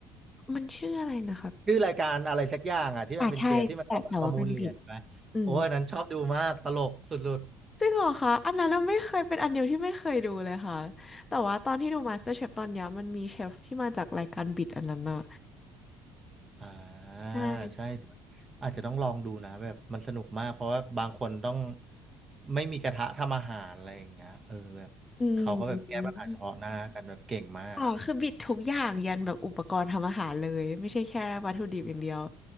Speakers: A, on the left; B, on the right.
A: มันชื่ออะไรนะครับ
B: ชื่อรายการอะไรสักอย่างอะที่มันเป็นเชฟที่มันต้องมาประมูลเหรียญนะโอ้ยอันนั้นชอบดูมากตลกสุด
A: อ่าใช่แต่แต่ว่ามันบิดอืมจริงเหรอคะอันนั้นน่ะไม่เคยเป็นอันเดียวที่ไม่เคยดูเลยค่ะแต่ว่าตอนที่ดู MasterChef ตอนเนี้ยมันมีเชฟที่มาจากรายการบิดอันนั้นอะ
B: อ่า
A: ใช่
B: ใช่อาจจะต้องลองดูนะแบบมันสนุกมากเพราะว่าบางคนต้องไม่มีกระทะทำอาหารอะไรอย่างเงี้ยเออแบบเขาก็แบบแก้ปัญหาเฉพาะหน้ากันแบบเก่งมาก
A: อืม อ๋อคือบิดทุกอย่างยันแบบอุปกรณ์ทำอาหารเลยไม่ใช่แค่วัตถุดิบอย่างเดียว